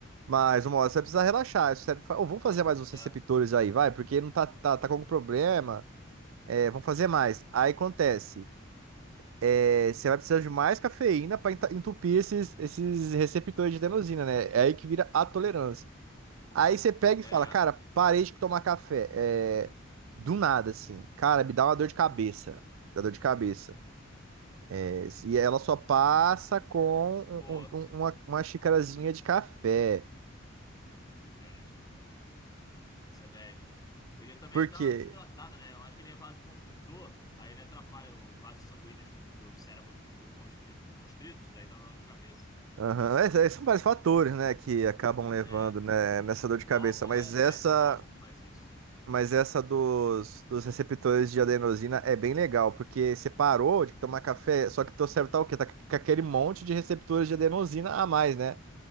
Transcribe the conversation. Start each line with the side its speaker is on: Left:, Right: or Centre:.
Right: mas uma hora você vai precisar relaxar. Aí O cérebro fala, "Ô, vamos fazer mais uns receptores
Left: É,
Right: aí, vai, porque não tá, tá, tá com algum problema, é, vamos fazer mais. Aí acontece. É, você vai precisar de mais cafeína para entupir esses, esses receptores de adenosina, né? É aí que vira a tolerância. Aí você pega
Left: é,
Right: e fala, cara, parei de tomar café. É, do nada, assim. Cara, me dá uma dor de cabeça. Dá dor de cabeça. É, e ela só passa com
Left: pô,
Right: um- um- um, uma, uma xicarazinha de café.
Left: que bad. Sebed. Ele também
Right: Por
Left: dá
Right: quê?
Left: uma desidratada, né? Eu acho que ele é vasoconstritor, aí ele atrapalha os vasos sanguíneos do cérebro que ficam constri- constritos, aí dá dor de cabeça.
Right: Aham, é- é- São vários fatores, né, que acabam levando,
Left: É.
Right: né, nessa dor de
Left: O
Right: cabeça.
Left: álcool,
Right: Mas
Left: a-
Right: essa
Left: aliás, é o álcool que faz isso.
Right: Mas essa dos, dos receptores de adenosina é bem legal, porque você parou de tomar café, só que teu cérebro tá o quê? Tá com aquele monte de receptores de adenosina a mais, né?